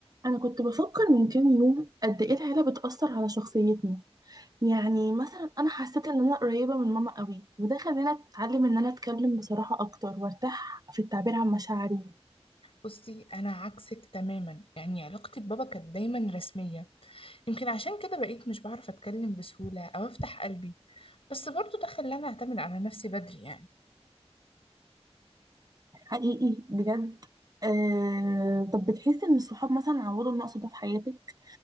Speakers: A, on the right; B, on the left.
A: أنا كنت بفكر من كام يوم قد إيه العيلة بتأثر على شخصيتنا يعني مثلا أنا حسيت إن أنا قريبة من ماما قوي وده خلاني أتعلم إن أنا أتكلم بصراحة أكتر وأرتاح في التعبير عن مشاعري
B: بصي انا عكسك تماما يعني علاقتي ببابا كانت دايما رسميه يمكن عشان كده بقيت مش بعرف اتكلم بسهوله او افتح قلبي بس برضو ده خلاني اعتمد على نفسي بدري يعني
A: حقيقي بجد آه... طب بتحسي إن الصحاب مثلا عوضوا النقص ده في حياتك؟